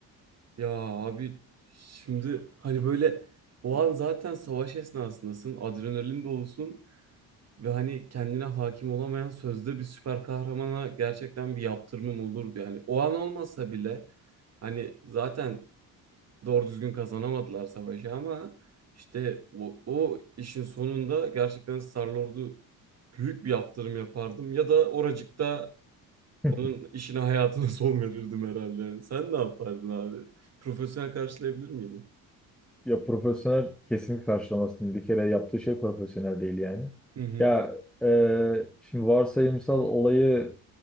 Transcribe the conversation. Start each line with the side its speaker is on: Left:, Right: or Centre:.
Right: Ya abi şimdi hani böyle o an zaten savaş esnasındasın. Adrenalin dolusun. Ve hani kendine hakim olamayan sözde bir süper kahramana gerçekten bir yaptırımım olurdu. Yani o an olmasa bile hani zaten doğru düzgün kazanamadılar savaşı ama işte o, o işin sonunda gerçekten Star-Lord'u büyük bir yaptırım yapardım. Ya da oracıkta
Centre: <laughs>
Right: Onun işine hayatına <laughs> son verirdim herhalde. Sen ne yapardın abi? Profesyonel karşılayabilir miydin?
Centre: Ya profesyonel kesinlikle karşılamazsın. Bir kere yaptığı şey profesyonel değil yani.
Right: Hı hı.
Centre: Ya e, şimdi varsayımsal olayı